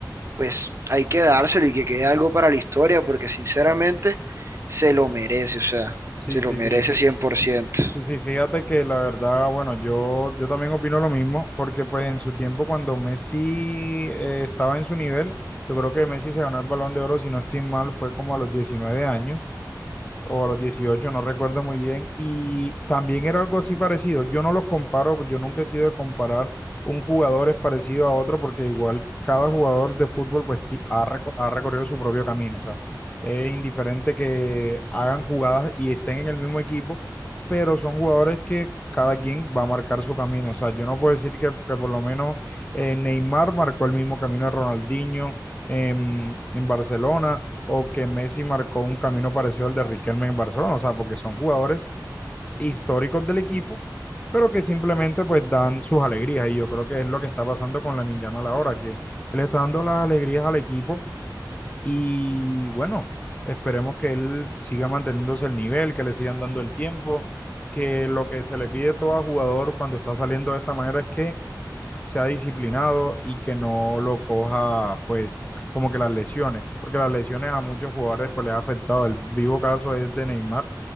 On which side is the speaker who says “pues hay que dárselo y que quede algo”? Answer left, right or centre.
Right